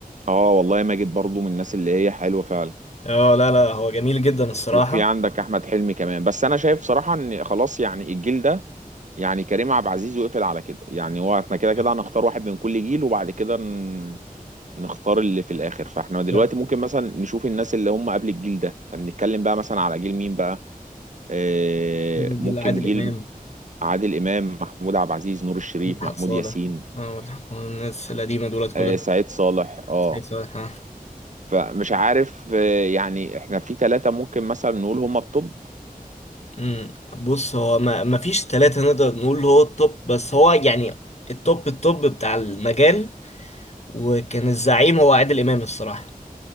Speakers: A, on the right; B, on the left.
A: اه والله ماجد برضو من الناس اللي هي حلوة فعلا
B: اه لا لا هو جميل جدا الصراحة
A: وفي عندك أحمد حلمي كمان بس أنا شايف صراحة إن خلاص يعني الجيل ده يعني كريم عبد العزيز وقفل على كده يعني هو احنا كده كده
B: آه.
A: هنختار واحد من كل جيل وبعد كده ن- نختار اللي في الاخر فاحنا دلوقتي
B: آه.
A: ممكن مثلا نشوف الناس اللي هم قبل الجيل ده يعني بنتكلم بقى مثلا على جيل مين بقى آه
B: جيل
A: ممكن
B: عادل
A: جيل
B: امام
A: عادل امام محمود عبد العزيز نور الشريف
B: مدحت
A: محمود
B: صالح
A: ياسين
B: اه والناس القديمة دولت
A: آه
B: كلها
A: سعيد صالح اه
B: سعيد صالح آه.
A: فمش عارف آه يعني احنا في ثلاثة ممكن مثلا نقول هم الطب
B: أمم. بص هو ما ما فيش ثلاثة نقدر نقول هو التوب بس هو يعني التوب التوب بتاع المجال وكان الزعيم هو عادل امام الصراحه